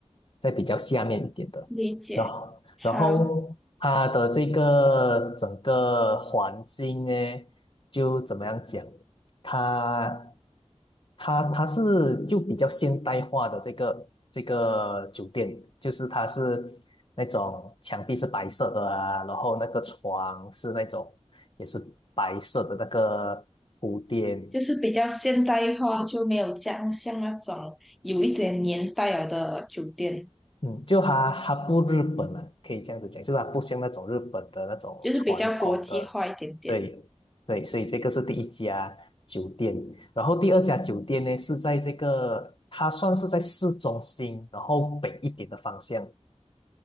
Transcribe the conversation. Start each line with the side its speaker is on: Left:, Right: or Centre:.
Left: 在比较下面一点的，
Centre: 理解，
Left: 然后然后它的这个整个环境呢，
Centre: 好，
Left: 就怎么样讲，它它它是就比较现代化的这个这个酒店，就是它是。那种墙壁是白色的啊，然后那个床是那种也是白色的那个铺垫，
Centre: 就是比较现代化，就没有这样像那种有一点年代了的酒店，
Left: 嗯，就它它不日本啊，可以这样子讲，就是它不像那种日本的那种传统的，
Centre: 就是比较国际化一点点。
Left: 对对，所以这个是第一家酒店，然后第二家酒店呢是在这个它算是在市中心，然后北一点的方向。